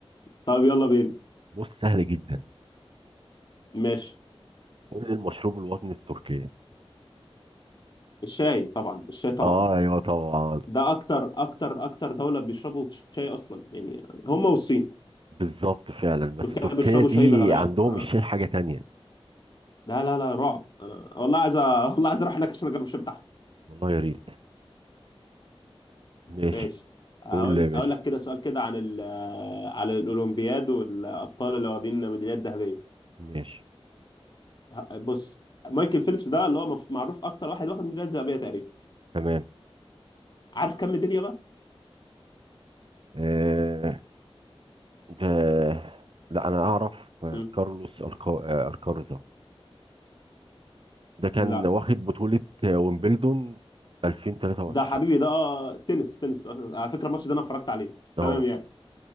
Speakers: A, on the left (about 45°); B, on the right (about 60°).
A: طيب يلا بينا
B: بص سهله جدا
A: ماشي
B: قول لي المشروب الوطني في تركيا
A: الشاي طبعا الشاي طبعا
B: اه ايوه طبعا
A: ده اكتر اكتر اكتر دوله بيشربوا شاي اصلا يعني هم والصين
B: بالظبط فعلا بس
A: تركيا
B: تركيا
A: بيشربوا
B: دي
A: شاي بغباء
B: عندهم
A: اه
B: الشاي حاجه تانية
A: لا لا لا رعب انا والله عايز أ- <laughs> والله عايز اروح هناك عشان اجرب الشاي بتاعهم
B: والله يا ريت ماشي
A: ماشي هقول
B: قول لي يا باشا
A: اقول لك كده سؤال كده عن ال على الاولمبياد والابطال اللي واخدين ميداليات ذهبيه
B: ماشي
A: ه- بص مايكل فيليبس ده اللي هو مف- معروف اكتر واحد واخد ميداليات ذهبيه تقريبا
B: تمام
A: عارف كم ميداليه بقى
B: آه ده لا انا اعرف آه،
A: مم.
B: كارلوس الكا... آه، الكارزا ده كان
A: لا
B: واخد بطولة آه، ويمبلدون 2023
A: ده حبيبي ده آه، تنس تنس آه، على فكره الماتش ده انا اتفرجت عليه بس
B: اه
A: تمام يعني